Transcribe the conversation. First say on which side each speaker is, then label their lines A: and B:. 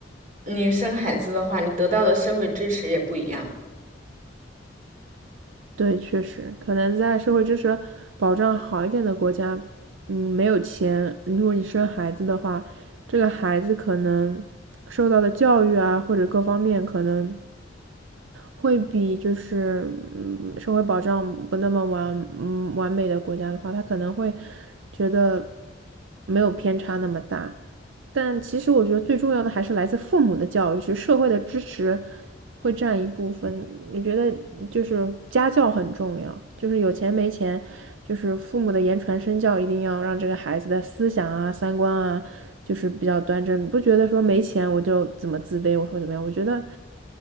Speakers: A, on the right; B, on the right.
A: 你生孩子的话，你得到的社会支持也不一样。
B: 对，确实，可能在社会支持保障好一点的国家，嗯，没有钱，如果你生孩子的话，这个孩子可能受到的教育啊，或者各方面可能会比就是嗯社会保障不那么完嗯完美的国家的话，他可能会觉得没有偏差那么大。但其实我觉得最重要的还是来自父母的教育，是社会的支持会占一部分。我觉得就是家教很重要，就是有钱没钱，就是父母的言传身教，一定要让这个孩子的思想啊、三观啊，就是比较端正。不觉得说没钱我就怎么自卑，我说怎么样？我觉得